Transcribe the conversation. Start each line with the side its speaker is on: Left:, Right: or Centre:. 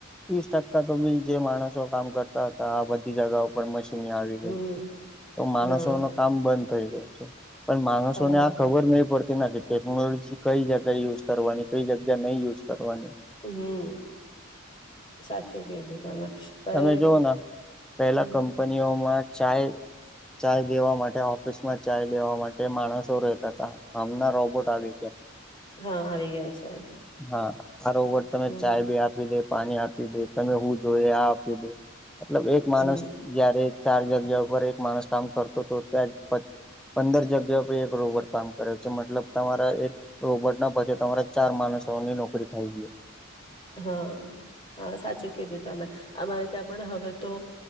Centre: તીસ ટકા તો બિ જે માણસો કામ કરતા હતા આ બધી જગાઓ ઉપર મશી ની આવી
Left: હમ
Centre: ગઈ છે, તો માનસોનું
Left: હા
Centre: કામ બંધ થઈ ગયુ છે. પણ માણસોને
Left: હા
Centre: આ ખબર નહી પડતી <unintelligible> ટેકનોલોજી કઈ જગ્યાએ યુઝ કરવાની ચોઈ જગ્યા નઈ યુઝ કરવાની.
Left: હમ સાચું કીધું. તમે પર
Centre: તમે જોવ ના, પેહલા
Left: હમ
Centre: કંપનીઓમાં ચાય ચાય દેવા માટે ઓફિસ માં ચાય દેવા માટે માળસો રેતા તા. હમણાં રોબોટ આવી ગ્યા.
Left: હા આવી ગયા છે
Centre: હા! અરોબર તમે
Left: હમ
Centre: ચાય બી આપી દે પાણી આપી દે, તમે હું જોઈ આ આપી દે. મતલબ એક માણસ
Left: હમ
Centre: જ્યારે ચાર જગ્યા ઉપર એક માણસ કામ કરતો ત્યા જ પંદર જગ્યા પર એક રોબોટ કામ કરે છે. મતલબ તમારા એક રોબોટના બજેટ તમારા ચાર માનસોની નોકરી ખાઈ ગ્યો.
Left: હા. હા સાચું કીધું તમે. અમારે ત્યાં પણ હવે તો